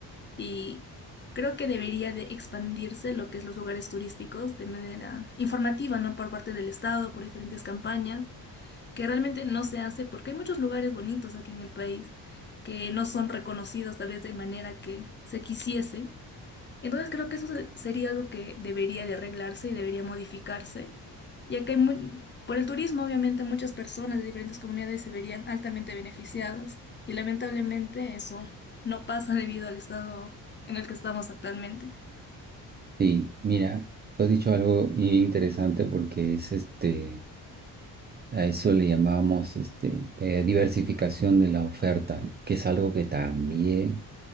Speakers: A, on the left (about 25°); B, on the right (about 25°).
A: Y creo que debería de expandirse lo que es los lugares turísticos de manera informativa, ¿no? Por parte del Estado, por diferentes campañas, que realmente no se hace porque hay muchos lugares bonitos aquí en el país que no son reconocidos tal vez de manera que se quisiese. Entonces creo que eso se- sería algo que debería de arreglarse y debería modificarse, ya que hay muy- por el turismo obviamente muchas personas de diferentes comunidades se verían altamente beneficiadas y lamentablemente eso no pasa debido al estado en el que estamos actualmente.
B: Sí, mira, tú has dicho algo bien interesante porque es este, a eso le llamamos este, eh, diversificación de la oferta, ¿no? Que es algo que también